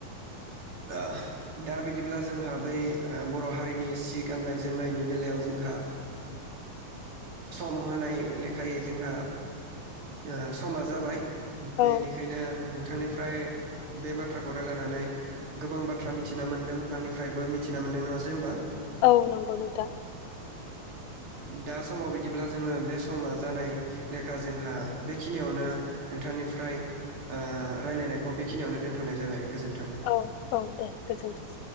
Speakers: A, on the right (about 35°); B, on the left (about 85°).
A: ओ दा बिदिब्ला जोंहा बै ओ बर' हारिनि सि गाननाय जोमनायनि बेलायाव । जोंहा सम होनाय लेखायै जोंहा ओ समा जाबाय।
B: औ
A: बेनिखायनो। नोंथांनिफ्राय बे बाथ्राखौ रायलायनानै। गोबां बाथ्रा मिथिना मोनदों आंनि निफ्रायबो मिथिना मोनदों नङासै होमबा
B: औ नंगौ नोंथां
A: दा समाव बिदिब्ला जोङो बे समा जानाय लेखा जोंहा बेखिनियावनो नोंथांनिफ्राय ओ रायलायनायखौ बेखिनियावनो दोनथ'नाय जाबाय गोजोन्थों।
B: औ औ दे गोजोनथों